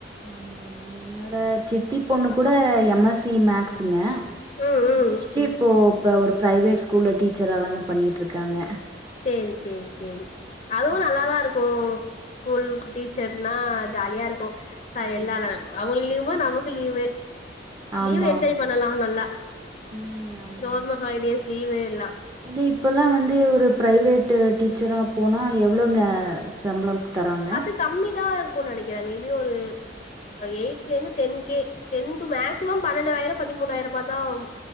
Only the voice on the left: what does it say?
ம் ம்
சேரி சேரி சேரி அதுவு
நல்லாதா இருக்கு ஸ்கூல் டீச்சர்னா ஜாலியா இருக்கு
எல்லா ந அவங்களுக்கு லீவுனா நமக்கு லீவு
லீவ் என்ஜாய் பண்ணலா நல்லா
கவர்மெண்ட் ஹாலிடேஸ் லீவு எல்லா
அது கம்மி தா இருக்குனு நெனைக்கிறே மேபி ஒரு எய்ட்ல இருந்து ten K ten to maximum பன்னெண்டாயிரோ பதிமூணாயிரோ ரூபா தா ஆவு